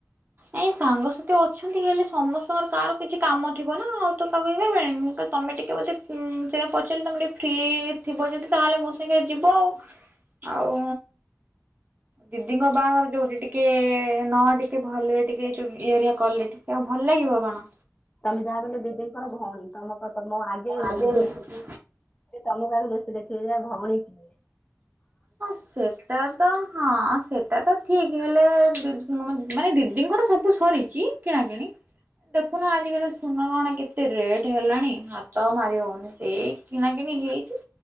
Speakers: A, on the right; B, on the left.
A: ଏାଇ ସାଙ୍ଗସଥି ମୋତେ ଅଛନ୍ତି ହେଲେ ସମସ୍ତଙ୍କର କାହାର କିଛି କାମ ଥିବ ନା ଆଉ ତ କାହାକୁଇିବିଁ ତମେ ଟିକେ ବୋଧେ ସେ ପଚାରିଲି ତମେ ଟିକେ ଫ୍ରି ଥିବ ଯଦି ତାହେଲେ ମୋ ସାଙ୍ଗେ ଯିବ ଆଉ ଆଉ ଦିଦିଙ୍କ ବାହାଘର ଯୋଉଠି ଟିକେ ନହ ଟେ ଟିକେ ଭଲରେ ଟିକେ ଇରିଆ କଲେ ଟିକେ ଆଉ ଭଲ ଲାଗିବ କଣ
B: ତମେ ଯାହା ବଲେ ଦିଦିଙ୍କର ଭଉଣୀ ତମ ତମ ଆଗେ
A: ଆଗେ
B: ଦିଦି ତମ ବ ଦେଖି ଭମଣ କି
A: ହଁ ସେଟା ତ ହଁ ସେଟା ତ ଠିକ ହେଲେ ମାନେ ଦିଦିଙ୍କର ସବୁ ସରିଛି କିଣାକିଣି ଦେଖୁନ ଆଜିକାଲି ଶନ କଣ କେତେ ରେଟ୍ ହେଲାଣି ହାତ ମାରି ହଉନି ଏଇ କିଣା କିିଣି ହେଇଛି